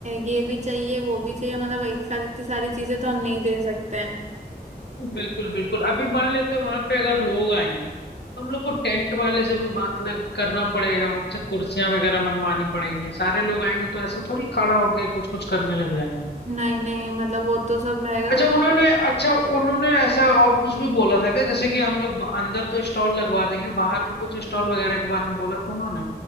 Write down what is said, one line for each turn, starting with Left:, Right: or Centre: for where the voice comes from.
Right: ये भी चाहिए वो भी चाहिए मतलब एक साथ इतनी सारी चीजें तो हम नहीं दे सकते हैं
Left: बिल्कुल बिल्कुल अभी मान लेते हैं वहां पे अगर लोग आएंगे तो हम लोग को टेंट वाले से भी बात लग करना पड़ेगा उनसे कुर्सियां वगैरह मंगवानी पड़ेंगी सारे लोग आएंगे तो ऐसा थोड़ी खड़ा होके कुछ कुछ करने लग जाएंगे
Right: नहीं नहीं मतलब वो तो सब रहेगा
Left: अच्छा
Right: तो
Left: उन्होंने अच्छा उन्होंने ऐसा और कुछ भी बोला था क्या जैसे कि हम लोग ब- अंदर तो स्टॉल लगवा देंगे बाहर भी कुछ स्टॉल वगैरह के बारे में बोला था उन्होंने